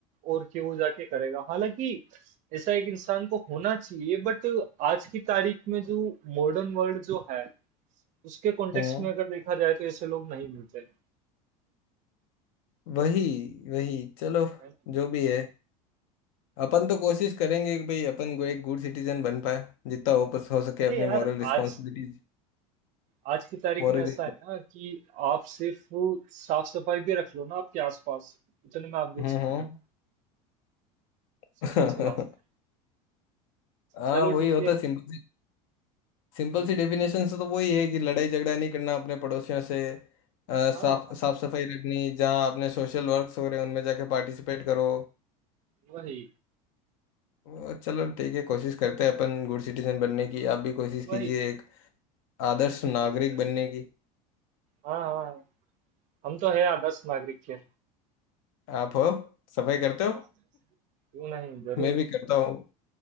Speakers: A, on the right (about 45°); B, on the left (about 75°).
A: और के वो जाके करेगा हालांकि ऐसा एक इंसान को होना चाहिए बट आज की तारीख में जो मॉडर्न वर्ल्ड जो है उसके कॉन्टेक्स्ट
B: हम्म
A: में अगर देखा जाए तो ऐसे लोग नहीं मिलते हैं
B: वही वही चलो
A: है ना?
B: जो भी है अपन तो कोशिश करेंगे कि भाई अपन को एक गुड सिटीजन बन पाए जितना हो बस हो सके
A: अरे
B: अपनी
A: यार
B: मॉरल रिस्पॉन्सिबिलिटीज
A: आज आज की तारीख
B: मॉरल
A: में ऐसा है ना कि आप सिर्फ साफ सफाई भी रख लो ना आपके आसपास उतने में आप गुड
B: हम्म
A: सिटीजन
B: हम्म
A: सिंपल
B: <laughs>
A: सी बात है
B: हाँ
A: चलो
B: वही
A: ठीक
B: होता
A: है
B: सिंपल सी सिंपल
A: हम्म,
B: सी डेफिनेशन से तो वही है कि लड़ाई झगड़ा नहीं करना अपने पड़ोसियों से अ,
A: हाँ
B: साफ साफ सफाई रखनी जहाँ अपने सोशल वर्क्स हो रहे हैं उनमें जाके पार्टिसिपेट करो
A: वही
B: वो चलो ठीक है कोशिश करते हैं अपन गुड सिटीजन बनने की आप भी कोशिश कीजिए
A: वही
B: एक आदर्श
A: जरूर
B: नागरिक
A: जरूर
B: बनने की
A: हाँ हाँ हम तो है आदर्श नागरिक के
B: आप हो सफाई करते
A: हाँ
B: हो
A: क्यों नहीं
B: <laughs>
A: जरूर
B: मैं भी करता हूँ